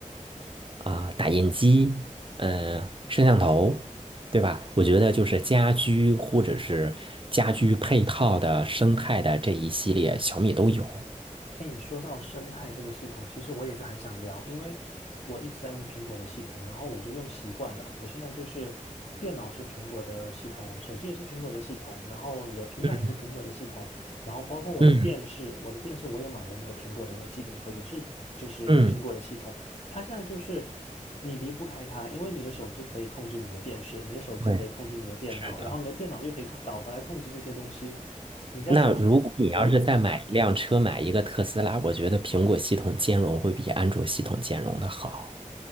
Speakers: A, on the right; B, on the left.
A: 啊、打印机、嗯、摄像头，对吧？我觉得就是家居或者是家居配套的生态的这一系列，小米都有。
B: 哎，你说到生态这个系统，其实我也是很想聊，因为我一直在用苹果的系统，然后我就用习惯了。我现在就是电脑是苹果的系统，手机也是苹果的系统，然后你的平板也是苹果的系统，
A: 嗯
B: 然后包括我的电视，
A: 嗯
B: 我的电视我也买了那个苹果的那个机顶盒，也是就是苹果的系统。
A: 嗯，
B: 它现在就是你离不开它，因为你的手机可以控制你的电视，你的手机可以控制你的电脑，
A: 对，是的。
B: 然后你的电脑又可以控导回来控制这些东西。你在手机，
A: 那如果你要是再买一辆车，
B: 对。
A: 买一个特斯拉，我觉得苹果系统兼容会比安卓系统兼容的好。